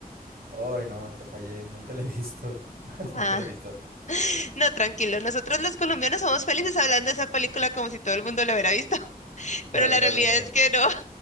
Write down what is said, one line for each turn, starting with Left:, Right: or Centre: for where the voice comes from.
Right: Ay, no, te fallé, nunca la he visto, <laughs>
Left: Ah,
Right: nunca la he visto.
Left: <laughs> No, tranquilo, nosotros los colombianos somos felices hablando de esa película como si todo el mundo la hubiera visto, <laughs>
Right: Claro,
Left: pero la
Right: claro,
Left: realidad
Right: claro.
Left: es que no.